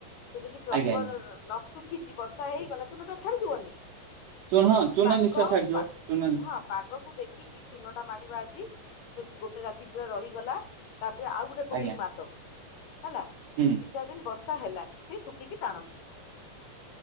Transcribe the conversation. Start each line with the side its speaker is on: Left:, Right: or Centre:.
Left: ସେ ଯଦି ପ୍ରପର
Right: ଆଜ୍ଞା ଆଜ୍ଞା
Left: ନ ଶୁଖିଚି ବର୍ଷା ହେଇଗଲା ଚୁନଟା ଛାଡିଯିବନି?
Right: ଚୁନ ଚୁନ
Left: ପାଗ
Right: ନିଶ୍ଚୟ ଛାଡିଯିବ। ଚୁନ ନିଶ
Left: ହଁ ପାଗକୁ ଦେଖିକି ଚୁନ ଟା ମାରିବ ଆଜି। ସେ ଗୋଟେ ରାତି ପୁରା ରହିଗଲା, ତାପରେ ଆଉ ଗୋଟେ କୋଟିଂ
Right: ଆଜ୍ଞା
Left: ମାରିଦବ, ହେଲା?
Right: ହୁଁ।
Left: ଦି ଚାରିଦିନ ବର୍ଷା ହେଲାନି, ସେ ଶୁଖିକି ଟାଣ ହେଇଯିବ।